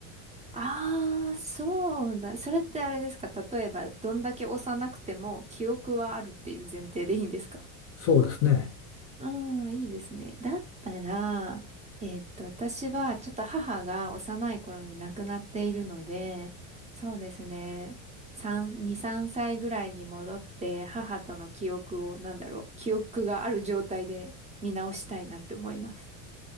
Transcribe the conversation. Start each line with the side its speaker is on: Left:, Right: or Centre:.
Right: ああ、そうだ。それってあれですか例えば、どんだけ幼くても記憶はあるっていう前提でいいんですか
Left: そうですね。
Right: ああ、いいですね。だったら、えーっと、私はちょっと母が幼い頃に亡くなっているので、そうですね。3、2、3歳ぐらいに戻って、母との記憶を、なんだろう、記憶がある状態で見直したいなって思います。